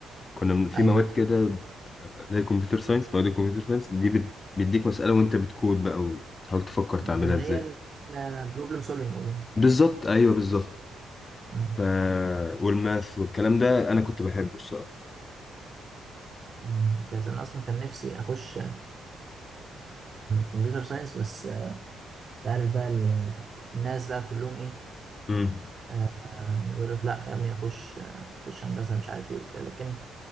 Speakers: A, on the left (about 35°); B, on the right (about 40°).
A: كنا من- في
B: أيوة
A: مواد كده اللي هي كمبيوتر ساينس مواد الكمبيوتر ساينس دي بت- بيديك مسألة وأنت بتكود بقى وتحاول تفكر تعملها
B: اللي
A: إزاي
B: هي البروبلم سولفينج أظن
A: بالظبط أيوه بالظبط
B: امم
A: ف... والماث والكلام ده أنا كنت بحبه الصراحة
B: امم بس أنا أصلا كان نفسي أخش كمبيوتر ساينس بس آه، مش عارف بقى ال- الناس بقى كلهم إيه
A: امم
B: آه، آه، يقول لك لا يا ابني اخش آه، اخش هندسه مش عارف ايه وكده لكن